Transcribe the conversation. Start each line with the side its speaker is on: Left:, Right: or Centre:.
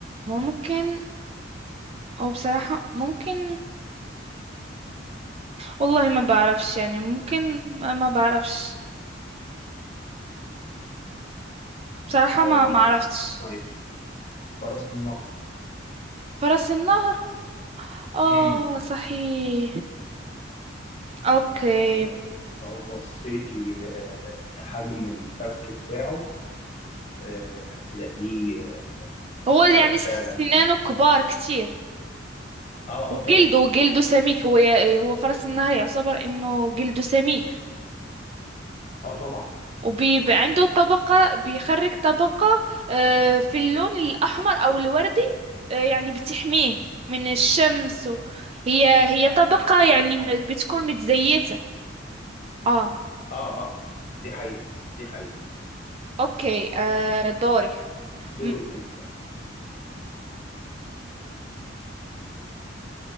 Right: ممكن او بصراحة ممكن والله ما بعرفش يعني ممكن ما ما بعرفش بصراحة
Left: آه،
Right: ما ما عرفتش
Left: طيب فرس النهر
Right: فرس النهر اه
Left: مم.
Right: صحيح اوكي
Left: يعني لو لو بصيتي آه، لحجم الفك بتاعه آه، هتلاقيه
Right: هو يعني
Left: آه، فعلا
Right: سنانه كبار كتير
Left: اه
Right: وجلده
Left: اه طبعا
Right: جلده سميك هو ي- هو فرس النهر يعتبر انه جلده سميك
Left: اه طبعا
Right: وبيبقى عنده طبقة بيخرج طبقة آه، في اللون الأحمر أو الوردي آه، يعني بتحميه من الشمس و- هي هي طبقة يعني م- بتكون متزيتة اه
Left: اه اه آه. دي حقيقة دي حقيقة
Right: اوكي آه، دوري
Left: دورك
Right: م-
Left: انت اه